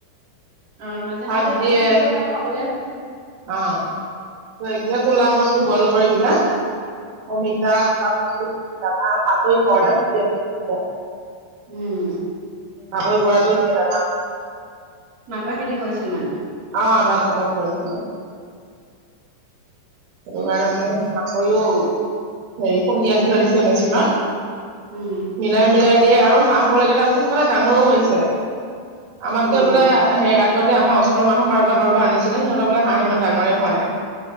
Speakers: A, on the right (about 45°); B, on the right (about 65°).
A: অ', মাজে
B: ভাত
A: মাজে
B: দিয়ে।
A: ধানো দিব পাৰা খাবলে
B: অ এতিয়া কলা কচু বইল কৰি দিলে অমিতা কলা কচু কৈছো ব দাদা মাকৈ ঘৰতে উলিয়াব ধৰিব।
A: উম।
B: মাকৈ গোৱাটো দিয়ত
A: মাকৰ খেতি কৰিছিল মানে?
B: আহ তাক অলপ কৰিছিলে। সেইটো
A: উম,
B: কাৰণে
A: উম।
B: মানে মাকৈও হেৰি খুন্দি আনি থৈ দিছে মেচিনত।
A: উম।
B: মিলাই মিলাই দিয়ে আৰু হাঁহ বোৱাল কেইটা সোনকালে ডাঙৰো হৈছে। আমাতকে
A: উম,
B: বোলে সে আগতে আমাৰ ওচৰৰ মানুহ কাৰব কাৰোবাৰ আনিছিলে সিহঁতৰ বোলে হাঁহ ইমান ডাঙৰে হোৱা নাই।